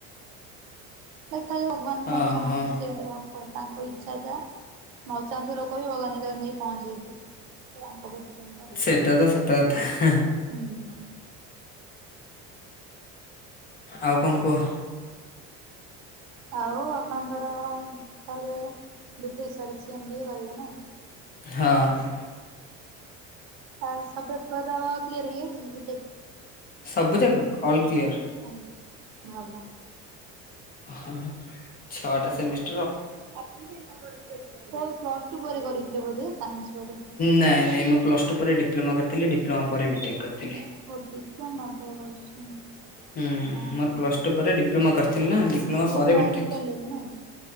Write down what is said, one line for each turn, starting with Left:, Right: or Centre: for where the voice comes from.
Right: ଦେଖାଯାଉ ଭଗବାନ
Left: ହଁ
Right: କଣ ଚାହୁଁଛନ୍ତି
Left: ହଁ
Right: ସେଇ ଅନୁସାରେ ହବ। ଓ ତାଙ୍କ ଇଚ୍ଛା ଯା ନ ଚାହୁଥିବା ଲୋକ ବି ଭଗବାନ ତାକୁ ନେଇ ପହଞ୍ଚେଇଥିବ। ତାଙ୍କ <unintelligible>
Left: ସେଟା ତ ସତ କଥା।
Right: ହୁଁ ହୁଁ।
Left: ଆଉ କଣ କୁହ?
Right: ଆଉ ଆପଣଙ୍କର ତାରେ ବି ଟେକ୍ ସରିଛି ଏମ୍ ବି ଏ କରିବେ ନା?
Left: ହଁ।
Right: ଆ ସ ପେପର କ୍ଲିୟର ହେଇ ଯାଇଛି।
Left: ସବୁ ଜାକ ଅଲ କ୍ଲିୟର।
Right: ଆ ଭଲ।
Left: ହଁ ଛଅଟା ସେମିସ
Right: ଓ ପ୍ଲସ ଟୁ ପରେ କରିଥିଲେ ବୋଧେ ସାଇନ୍ସ ପାରେ।
Left: ନାଇଁ ନାଇଁ ମୁଁ ପ୍ଲସ ଟୁ ପରେ ଡିପ୍ଲୋମା କରିଥିଲି ଡିପ୍ଲୋମା ପରେ ବି ଟେକ୍ କରିଥିଲି।
Right: <unintelligible>
Left: ହୁଁ
Right: ହଁ ହଁ
Left: ମୋର ପ୍ଲସ ଟୁ ପରେ ଡିପ୍ଲୋମା କରିଥିଲି ନା ଡିପ୍ଲୋମା
Right: ସବୁ
Left: ପରେ
Right: ପ୍ରାଇଭେଟ୍
Left: ବିଟେକ୍।
Right: କଲେଜ ନାଇଁ